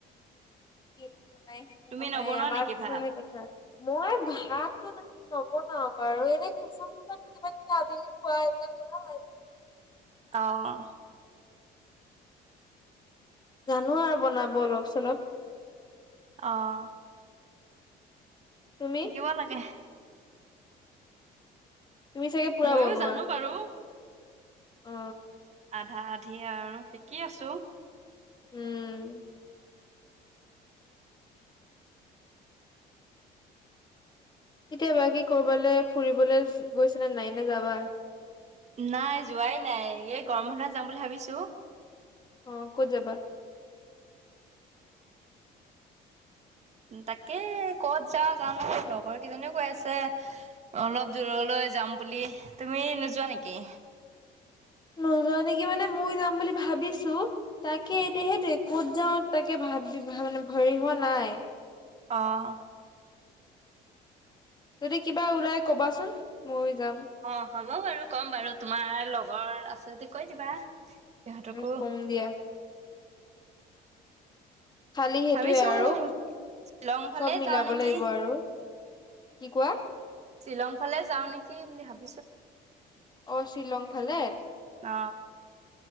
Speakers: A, on the left; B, on the right.
A: এইটো বনাই সেইটো
B: তুমি
A: বনাই
B: নবনোৱা
A: আমাৰ
B: নেকি
A: খোৱাহে
B: ভাত
A: কথা। মই ভাতটো নবনাও। বাৰু এনেই খুচুক কিবা কিবি আবেলি খোৱা এইবিলাক বনাওঁ আৰু।
B: আহ।
A: জানো আৰু বনাব অলপ চলপ।
B: আহ।
A: তুমি
B: শিকিব লাগে।
A: তুমি চাগে পুৰা
B: ময়ো
A: বনোৱা!
B: জানো বাৰু
A: অ।
B: আধা আধি আৰু শিকি আছো।
A: উম। এতিয়াবা কি কৰ'বালৈ ফুৰিবলৈ গৈছেনে নাই নে যাবা?
B: নাই যোৱাই নাই এই গৰম বন্ধত যাম বুলি ভাবিছো।
A: অ ক'ত যাবা?
B: তাকে ক'ত যা‌ওঁ জানো, লগৰ কেইজনীও কৈ আছে অলপ দূৰলৈ যাম বুলি, তুমি নোযোৱা নেকি?
A: নোযোৱা নেকি মানে মই যাম বুলি ভাবিছো তাকে এতিয়া সেইটো ক'ত যাও তাকে ভাব ভাব দি ভ মানে ভৰি হোৱা নাই।
B: আহ।
A: যদি কিবা ওলাই কবাচোন? ময়ো যাম
B: অ হ'ব বাৰু কম বাৰু তোমাৰ লগৰ আছে যদি কৈ দিবা। সিহঁতকো
A: উম কম দিয়া। খালি সেইটোৱে
B: ভাবিছো
A: আৰু
B: শ্বিলং ফালে
A: চব মিলাব
B: যাওঁ নেকি
A: লাগিব আৰু। কি কোৱা?
B: শ্বিলং ফালে যাওঁ নেকি বুলি ভাবো
A: অ শ্বিলং ফালে।
B: অ।